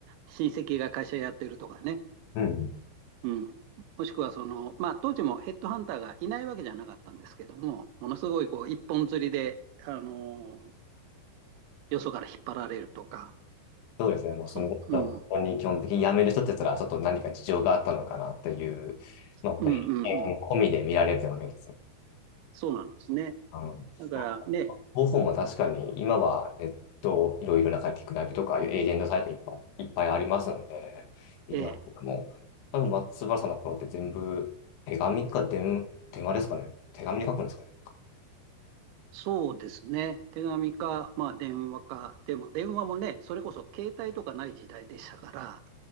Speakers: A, on the right; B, on the left.
A: 親戚が会社やってるとかね、
B: うん。うん
A: うん、もしくは、その、まあ、当時もヘッドハンターがいないわけじゃなかったんですけども、ものすごい、こう、一本釣りで、あのーよそから引っ張られるとか、
B: そうですね。もうそのことをこに基本的に辞める人って言ったら、
A: そ、うん、
B: ちょっと何か事情があったのかなっていう、まあ、これ偏見込みで見られてるわけですよね。
A: うん、うん、うん。そうなんですね。
B: あの、
A: だからね、
B: まあ、方法も確かに今はネットいろいろな書き比べとか、ああいうエージェントサイトいっぱい、いっぱいありますので、できますけども、
A: ええ、
B: 多分松原さんの頃って全部手紙か電、手話ですかね。手紙で書くんですかね。
A: そうですね。手紙か、まあ電話か。でも電話もね、それこそ携帯とかない時代でしたから、